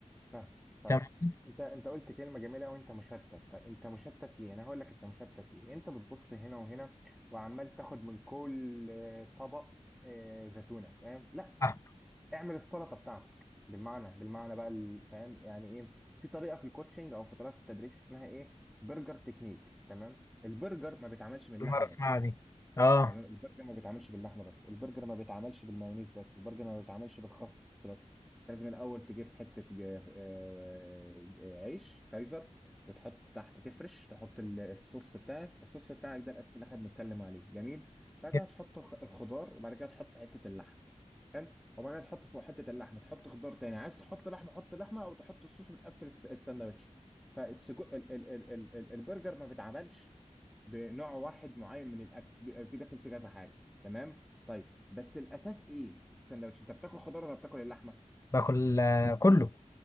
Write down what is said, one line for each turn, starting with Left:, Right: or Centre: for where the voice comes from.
Centre: فاهم طيب
Left: فاهم قصدي؟
Centre: انت انت قلت كلمه جميله قوي انت مشتت طيب انت مشتت ليه انا هقول لك انت مشتت ليه انت بتبص هنا وهنا وعمال تاخد من كل آه، طبق آه، زيتونه فاهم لا
Left: اه
Centre: اعمل السلطه بتاعتك بالمعنى بالمعنى بقى ال- فاهم يعني ايه في طريقه في الكوتشنج او في طريقه في التدريس اسمها ايه برجر تكنيك تمام البرجر ما بيتعملش من
Left: كل
Centre: اللحمه
Left: مره اسمعها
Centre: بس
Left: دي اه
Centre: تمام البرجر ما بيتعملش باللحمه بس البرجر ما بيتعملش بالمايونيز بس البرجر ما بيتعملش بالخس بس أنت لازم الاول تجيب حته ج- آه، آه، عيش كايزر وتحط تحت تفرش تحط ال- الصوص بتاعك الصوص بتاعك ده الاساس اللي احنا بنتكلم عليه جميل بعد
Left: جداً.
Centre: كده تحط الخ- الخضار وبعد كده تحط حته اللحم حلو وبعد كده تحط فوق حته اللحمه تحط خضار تاني عايز تحط لحمه حط لحمه او تحط الصوص وتقفل الس- الساندوتش فالسجق ال ال ال ال ال البرجر ما بيتعملش بنوع واحد معين من الاكل بيبقى في داخل فيه كذا حاجه تمام طيب بس الاساس ايه في الساندوتش انت بتاكل خضار ولا بتاكل اللحمه
Left: باكل آه، كله